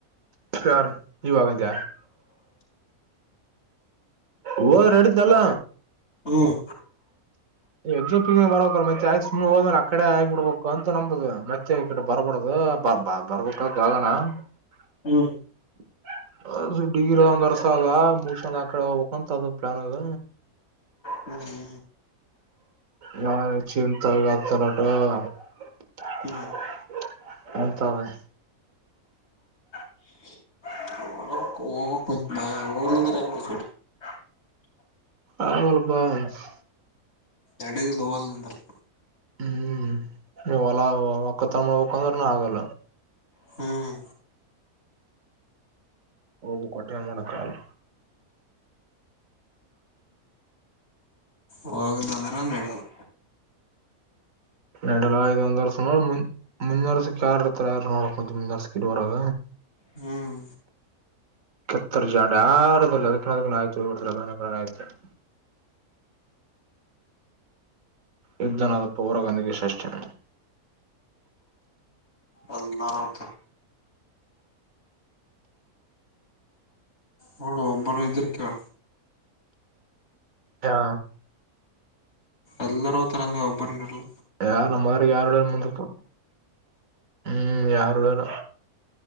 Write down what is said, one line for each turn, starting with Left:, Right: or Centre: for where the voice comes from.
Right: ಯಾರ ಯುವಾಗಂತ ಹೋದ್ರ ಎಡ್ದಲ್ಲ
Left: ಹ್ಮ್
Right: ಎಜೆ ಇಟಮ್ಯಾಗ ಬರ್ಬೇಕ ಮತ್ತೆ ಯಾಕಸುಮನೆ ಹೋದ್ಮೇಲೆ, ಅಕಡೆ ಆಗ್ ಬಿಡ್ಬೇಕು ಅಂತ ನಂಬುದು ಮತ್ತೆ ಈ ಕಡೆ ಬರಬಾಡುದು. ಬ ಬರ್ಬಟ್ಟಾಗಾನ <unintelligible>
Left: ಹ್ಮ್,
Right: <inaudible> ಆ ಡಿಗ್ರಿಒಂದ್ ವರ್ಸ ಅದ ಮುಗಸ್ಗಂಗಡ ಆ ಕಡೆನೆ ಹೋಗ್ಬೇಕ ಅಂತ ಪ್ಲಾನ್ ಅದ.
Left: ಹ್ಮ್
Right: ನ ಚ <inaudible> ತಗತರಾಟ <unintelligible>
Left: ಹ್ಮ್
Right: ಹಂತೇ <unintelligible>
Left: <inaudible> <unintelligible>
Right: ಅಲ್ಲಪಾ <unintelligible>
Left: ಎಡದು ಲವಲ್ ಅಂದರು
Right: ಹ್ಮ್ ನೀ ಹೊಲ ಒಕ್ಕತರ ಮಾಡಬೇಕಂದ್ರನು ಆಗಲ್ಲ
Left: ಹ್ಮ್
Right: ೋಗ ಕೊಟ್ಟ ಮಾಡಡ ಚ
Left: ಹೋಗಿಲ್ಲ ಅಂದ್ರ ನಡೆಯದು
Right: ಎಡಲ ಇಐದು ಒಂದ ವರ್ಷ ಮು ಮುಂದರ್ಸಕ್ ಯಾರ ಇರ್ತಾರ ಯಾರು ನೋಡಕ್ ಮುಂಂತ ಮುಂದರ್ಸಕ್ ಇಡ್ುವರಾಗ
Left: ಹ್ಮ್
Right: ಕೆತ್ತರ ಜಾಂಡೆ ಆರ ಅದಕ್ಕ ಅದ ಆಯ್ತು ಹಡ್ ಅ ಆಯ್ತು <inaudible> ಯುದ್ಧನಾದ ಪೌರ ಗಾಂಧಿಗೆ ಸಷ್ಟ
Left: ಅದಲ್ಲ ರತ ಹೌಳ ಒಬ್ಬರ ಇ್ದರಿಕ್ಕಾ
Right: ಹಾ
Left: ಎಲ್ಲರ ತರಂದ ಒಬ್ಬರಲ್ಲ
Right: ಯಾರ ನಮ್ಮ್ರೆ ಯಾರುಳ್ಳಲ್ಲ ಮುಂದಿಪ ಹ್ಮ್ ಯಾರುಳ್ಳಲ್ಲ